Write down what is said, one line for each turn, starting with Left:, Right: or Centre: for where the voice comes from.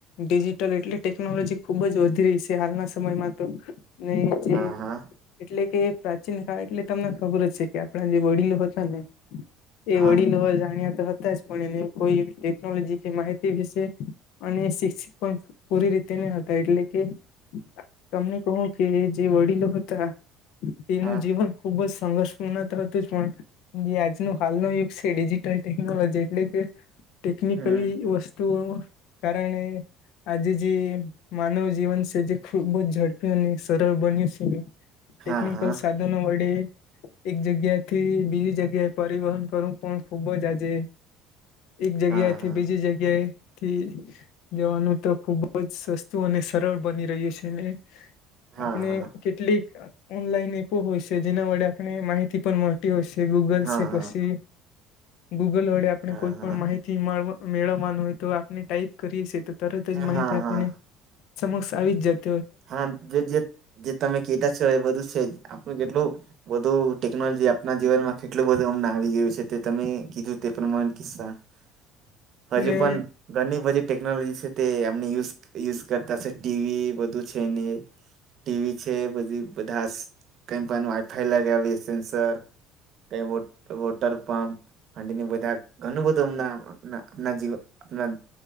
Left: ડિજિટલ એટલી ટેકનોલોજી ખુબ જ વધી રહી છે હાલના સમયમાં તો ને જે
Right: હા હા
Left: એટલે કે પ્રાચીન કાળ એટલે તમને ખબર જ છે કે આપણા જે વડીલો હતા ને એ
Right: હા
Left: વડીલો અજાણ્યા તો હતા જ કોણ એને કોઈ આવી ટેકનોલોજી કે માહિતી વિશે અને શિક્ષ પૂરી રીતે ન હતા એટલે કે તમને કહું કે જે વડીલો હતા એનું
Right: હા
Left: જીવન ખુબ જ સંઘર્ષપૂર્ણ તો હતું જ પણ જે આજનું હાલનો યુગ છે ડિજિટલ ટેકનોલોજી એટલે કે ટેકનિકલી
Right: હમ
Left: વ સ્તુઓનું કારણે આજે જે માનવ જીવન છે જે ખૂબ જ ઝડપી અને સરળ બન્યું છે. ટેકનિકલ
Right: હા હા
Left: સાધનો વડે એક જગ્યાથી બીજી જગ્યાએ પરિવહન કરું પણ ખુબ જ આજે એક જગ્યાથી
Right: હા હા
Left: બીજી જગ્યાએ થી જવાનું તો ખુબ જ સસ્તું અને સરળ બની રહ્યું છે, ને
Right: હા
Left: આપણે
Right: હા
Left: કેટલીક ઓનલાઈન એપો હોય છે. જેના વડે આપણે માહિતી પણ મળ તી હોય છે ગૂગલ
Right: હા
Left: છે પછી
Right: હા
Left: ગૂગલ વડે આપણે
Right: હા
Left: કોઈ પણ માહિતી. થી મળ મેળવવાનું હોય તો આપણે ટાઈપ કરીએ છીતો તરત જ માહિતી
Right: હા
Left: આપણને
Right: હા
Left: સમક્ષ આવી જત
Right: હા જે જે જે તમે કેતા છો એ બધું છે જ આપણું જેટલું બધું ટેકનોલોજી આપના જીવનમાં કેટલું બધું અમને આવી ગયું છે. તે તમે કીધું તે પ્રમાણે કીસ્સા <inaudible> હજુ
Left: ને
Right: પણ ઘણી બધી ટેકનોલોજી છે તે એમને યુઝ યુઝ કરતાશે ટીવી બધું. છેને ટીવી છે બધી બધા કેમ પણ વાઈફાઈ લગાવીયે સેન્સર. તે વોટ વોટર પંપ હાંડીને બધા ઘણું બધું હમના ના આપના જીવ આપના